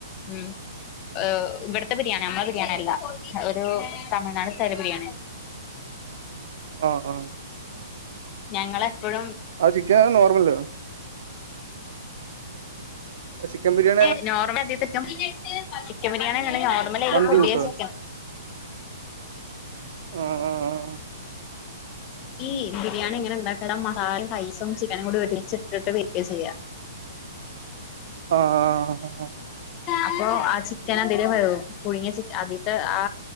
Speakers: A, on the left; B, on the right.
A: ഉം ഹ് ഇവ്ട്ത്തെ ബിരിയാണി നമ്മളെ ബിരിയാണി അല്ല ഒരു തമിഴ്നാട് തല ബിരിയാണി
B: ആഹ് ആഹ്
A: ഞങ്ങളെപ്പഴും
B: അഹ് ചിക്കന നോർമലല്ലേ അ ചിക്കൻ ബിരിയാ
A: ഏ നോർമൽ <unintelligible> ചിക്കൻ ബിരിയാണി നോർമലയ്ല്
B: മന്തി
A: പുതിയ
B: കൂട്ടോ
A: ചിക്കൻ
B: ആഹ് അഹ് ആഹ്
A: ഈബിരിയാണി ഇങ്ങനെ ഇണ്ടാക്കാണ മസാലം റൈസും ചിക്കനും ഒരുമിച്ചിട്ടിട്ട് വെക്കാ ചെയ്യാ
B: ആഹ <unintelligible>
A: അപ്പൊ ആ ചിക്കൻ അതില് വേവും പുഴുങ്ങ ച ആദ്യത്തെ ആ